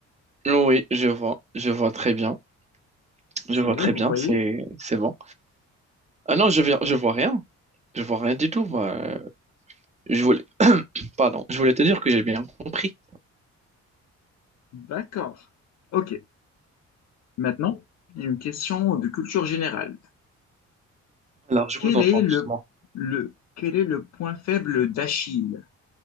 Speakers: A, on the right (about 20°); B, on the left (about 60°).
A: oui, je vois, je vois très bien,
B: C'est
A: je vois
B: vrai,
A: très
B: vous
A: bien,
B: voyez?
A: c'est c'est bon. Ah non, je viens, je vois rien, je vois rien du tout. moi. Euh, Je voulais, <coughs> <clears throat> pardon, je voulais te dire que j'ai bien compris.
B: D'accord. OK. Maintenant, une question de culture générale.
A: Alors je
B: Quel
A: vous entends
B: est
A: doucement.
B: le, le, quel est le point faible d'Achille?